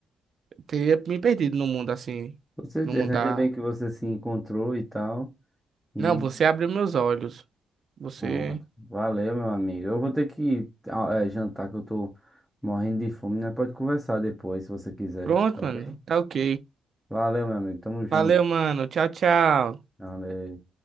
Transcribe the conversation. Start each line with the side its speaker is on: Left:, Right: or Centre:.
Right: teria me perdido no mundo assim,
Centre: Com certeza.
Right: no mundo da...
Centre: Ainda bem que você se encontrou e tal. E
Right: Não, você abriu meus olhos. Você...
Centre: pronto. Valeu, meu amigo. Eu vou ter que ah, é, jantar, que eu tô morrendo de fome, né? Pode conversar depois, se você quiser.
Right: Pronto,
Centre: Tá ok?
Right: mano. Tá ok.
Centre: Valeu, meu amigo. Tamo junto.
Right: Valeu, mano. Tchau, tchau.
Centre: Valeu.